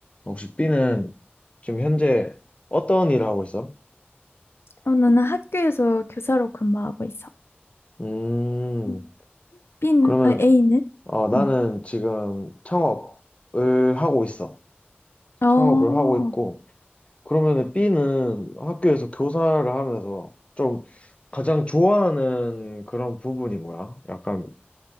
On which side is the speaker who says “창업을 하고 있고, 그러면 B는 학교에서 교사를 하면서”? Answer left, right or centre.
Left